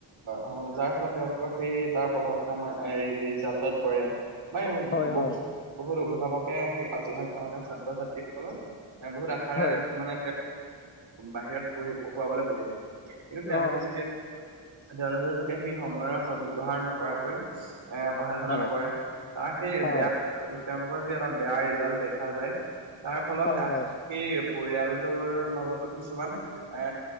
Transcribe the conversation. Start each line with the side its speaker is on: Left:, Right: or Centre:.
Right: অ', যাৰ ফলত তেওঁলোকৰ সেই তাৰ প্ৰভাৱ আমাৰ ৰিজাল্টত পৰে। মানে
Left: হয়
Right: বহুত
Left: হয়
Right: বহুত অভিভাৱকে সেই আজি আমাৰ ছাত্ৰ ছাত্ৰীসকলক, এ বহুত আশাৰে
Left: হয়
Right: মানে বাহিৰত পঢ়ি, পঢ়ুৱাবলৈ পঠিয়াই, কিন্তু তেওঁলোকে
Left: অ অ
Right: যেতিয়া তেওঁলোকে যেতিয়া সেই সময়ৰ সদ ব্যৱহাৰ নকৰাকৈ এ পঢ়া শুনা
Left: হয়
Right: নকৰে, তাৰ সেই
Left: অ
Right: বেয়া, তেওঁলোকৰ যি এটা বেয়া ৰিজাল্ট দেখা যায়। তাৰফলত
Left: হয় হয়
Right: এই পৰিয়ালটোৰ মাজতো কিছুমান এ